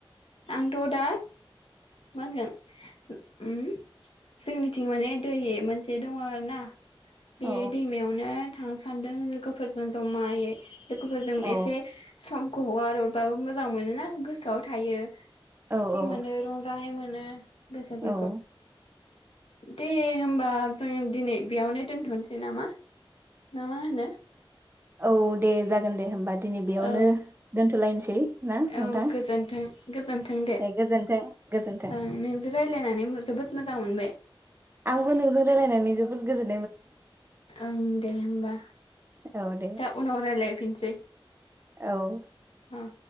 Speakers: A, on the left; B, on the right.
A: आंथ' दा मा होनगोन उम जोंनिथिं माने दै मोनसे दङ आरो ना बे
B: औ
A: दैमायावनो थांनो सानदों लोगोफोरजों ज'मायै लोगोफोरजों
B: औ
A: एसे समखौ हगाररबाबो मोजां मोनोना गोसोआव थायो
B: औ
A: खुसि
B: औ
A: मोनो रंजानाय मोन <unintelligible> गोसोफोरखौ
B: औ
A: दे होमबा जोंङो दिनै बेयावनो दोनथ'नोसै नामा ना मा होनो?
B: औ दे जागोन दे होमबा दिनै बेयावनो
A: औ
B: दोनथ'लायनोसै ना
A: औ
B: नोंथां
A: गोजोनथों गोजोनथों दे
B: गोजोन्थों
A: ओं
B: गोजोन्थों
A: नोंजों रायज्लायनानै जोबोद मोजां मोनबाय।
B: आंबो नोंजों रायलायनानै जोब बहुत गोजोन <unintelligible>
A: ओं दे होमबा
B: औ दे
A: दा उनाव रायजलायफिनसै
B: औ
A: अ